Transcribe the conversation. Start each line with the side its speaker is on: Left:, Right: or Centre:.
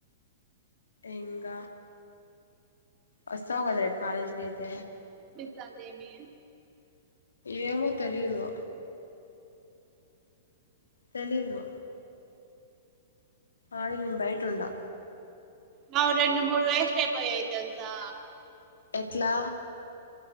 Left: ఇంక వస్తావు కదా రేపు కాలేజ్కైతే
Right: సందేమీ
Left: ఏమో తెలీదు తెలీదు ఆగి బయటుండా
Right: మావి రెండు, మూడు వేస్ట్ అయిపోయాయి తెల్సా
Left: ఎట్లా